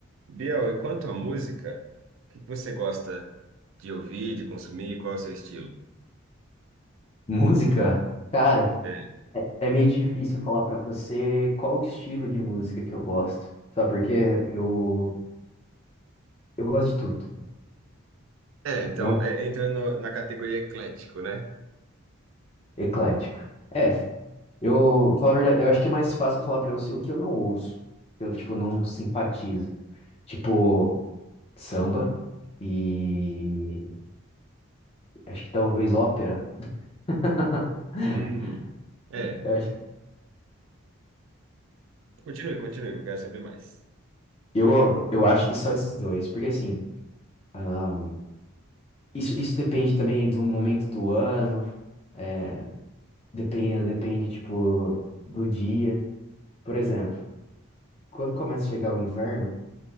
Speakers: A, on the right; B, on the left.
A: Biel, e quanto à música, o que que você gosta de ouvir, de consumir? Qual é o seu estilo?
B: Música? Cara,
A: É,
B: é meio difícil falar pra você qual o estilo de música que eu gosto. Sabe por quê? Eu, eu gosto de tudo.
A: é, então,
B: É um
A: é, entra no- na categoria eclético, né?
B: eclético. É, eu, falar a verdade, eu acho que é mais fácil falar pra você o que eu não ouço. Eu, tipo, não simpatizo. Tipo, samba e acho que talvez ópera. <laughs>
A: Hum, é.
B: Eu, acho-
A: Continue, continue, que eu quero saber mais.
B: eu eu acho que só esses dois, porque assim, ah, isso, isso depende também do momento do ano. é, Depende, depende, tipo, do dia. Por exemplo, quando começa a chegar o inverno,